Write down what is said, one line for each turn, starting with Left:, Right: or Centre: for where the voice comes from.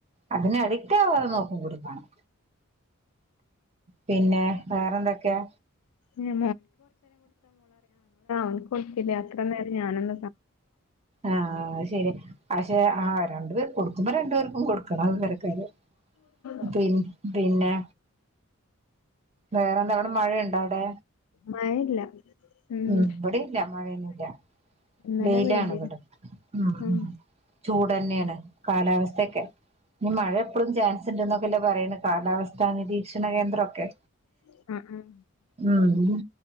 Right: അതിന് അഡിക്റ്റ് ആവാതെ നോക്കും കൂടി വേണം. പിന്നെ വേറന്തെക്കയാ?
Left: പിന്നെ <unintelligible> കൊഴപ്പില്ല്യ. അത്ര നേരം ഞാനൊന്ന് ക
Right: ആഹ് അത് ശരി. അശേ ആ രണ്ട് പേർ കൊടുക്കുമ്പോ രണ്ടുപേർക്കും കൊടുക്കണം അത് വേറെ കാര്യം.
Left: കാ
Right: പി പിന്നേ വേറെന്താ അവിടെ മഴയൊണ്ടോ അവിടെ?
Left: മഴയില്ല ഉം
Right: മ് ഇവിടെയില്ല മഴയൊന്നും ഇല്ല
Left: ഇന്നലെ
Right: വെയിലാണ്
Left: പെയ്തിന്
Right: ഇവ മ്
Left: ഉം
Right: മ് ചൂടന്നെയാണ്. കാലാവസ്ഥയൊക്കെ ഇന്ന് മഴ എപ്പളും ചാൻസ് ഉണ്ടന്നക്കല്ലേ പറയുന്നേ കാലാവസ്ഥ നിരീക്ഷണ കേന്ദ്രൊക്കെ
Left: ആഹ് ആഹ്
Right: മ്മ്